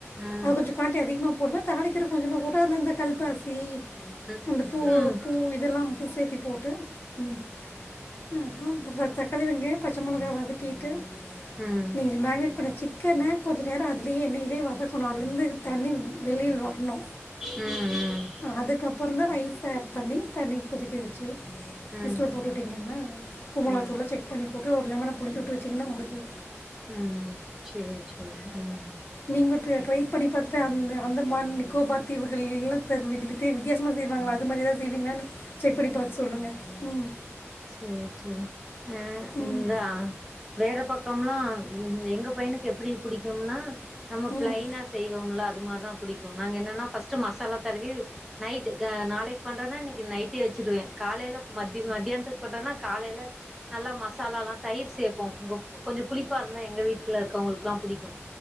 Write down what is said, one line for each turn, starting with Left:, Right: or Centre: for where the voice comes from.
Centre: ம்
Left: அது கொஞ்சக் பாட்டி அதிகமா போடுவே தாளிக்கிறக் கொஞ்சமா போட்டு அதுல இந்த கல்பாசி
Centre: ம் ம்
Left: அந்த பூவு
Centre: ம்
Left: பூ இதெல்லாம்பு சேத்திப் போட்டு ம் அதாம் இப்ப தக்காளி வெங்காயோ பச்ச மெளகா வதக்கீட்டு
Centre: ம்
Left: நீங்க மேகினேட் பண்ண சிக் க்கன்ன கொஞ்ச நேரோ அதுலியே எண்ணெயிலியே வதக்குணு அலந்து தண்ணி வெளில் வர்ணு
Centre: ம் ம்
Left: அதுக்கப்புறந்தா ரைஸ ஆட் பண்ணி தண்ணி கொதிக்க வெ ச்சு
Centre: ம்
Left: விசிலப்
Centre: ம்
Left: போட்டுட்டீங்கன்னா
Centre: ம்
Left: <unintelligible> செக் பண்ணி போட்டு ஒரு லெமன புழிஞ்சி விட்டு வெச்சிங்கின்னா முடிஞ்சது
Centre: ம் சேர் சேர் ம்
Left: நீங்க ட்ரே ட்ரைப் பண்ணி பாத்துட்டு அந்த அந்தமான் நிக்கோபாத்தீவுக் <unintelligible> வித்யாசமா செய்வாங்ளா அ மாரி எதாவ்து செய்வீங்லானு செக் பண்ணி பாத் சொல்லுங்க ம்
Centre: சேர் சேரிங் அ
Left: ம்
Centre: இந்த ஆ வேறப் பக்கம்லா எங்கப் பையனுக்கு எப்டி புடிக்கும்னா நம்ம
Left: ம்
Centre: பிளைனாச் செய்வோம்லா அது மாரிதாம் புடிக்கு நாங்க என்னனா ஃபஸ்ட்டு மசாலாத் தடவி நைட்டு க நாளைக் பண்றனா இன்னைக்கி நைட்டே வெச்சுருவே காலைல மத்தி மத்தியான்த்துக் கொட்டோனாக் காலைல நல்லா மாசலாலாத் தயிர் சேப்போ வுங்கப் கொஞ்சோ புளிப்பாருந்தா எங்க வீட்ல இருக்கவுங்ளுக்லாம் புடிக்கு